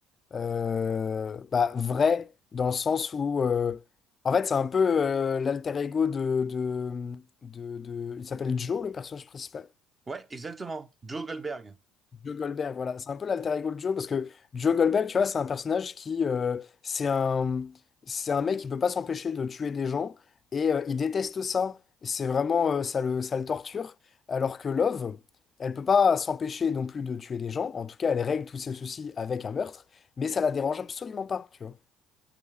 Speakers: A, on the left; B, on the right.
A: euh, bah, vrai dans le sens où euh, en fait c'est un peu euh, l'alter ego de, de, de, de- il s'appelle Joe le personnage principal.
B: Ouais, exactement. Joe Goldberg.
A: Joe Goldberg, voilà. C'est un peu l'alter ego de Joe, parce que Joe Goldberg, tu vois, c'est un personnage qui... euh, c'est un, c'est un mec qui peut pas s'empêcher de tuer des gens, et euh, il déteste ça. C'est vraiment... euh, ça le, ça le torture. Alors que Love, elle peut pas s'empêcher non plus de tuer des gens. En tout cas, elle règle tous ses soucis avec un meurtre, mais ça la dérange absolument pas, tu vois.